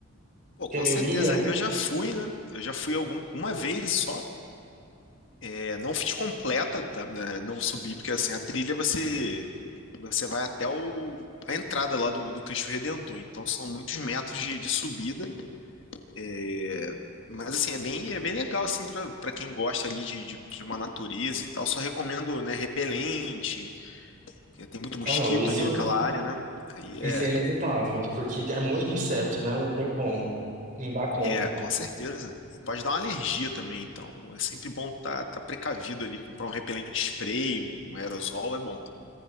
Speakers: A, on the left; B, on the right.
A: Pô,
B: ter
A: com
B: meu
A: certeza
B: guia.
A: ali eu já fui, né? Eu já fui algum, uma vez só É, não fiz completa, tá? É, Não subi, porque assim, a trilha você você vai até o, a entrada lá do, do Cristo Redentor, então são muitos metros de, de subida, é, mas assim, é bem, é bem legal assim para para quem gosta ali de, de, de uma natureza e tal, só recomendo, né, repelente, que tem muito mosquito
B: Ah, não, isso,
A: ali naquela área, né? Aí
B: isso
A: é,
B: é inevitável, porque é muito inseto, né? Não tem como, não dá conta.
A: é, com certeza. Pode dar uma alergia também, então é sempre bom estar tá, tá precavido ali, comprar um repelente spray, um aerosol é bom.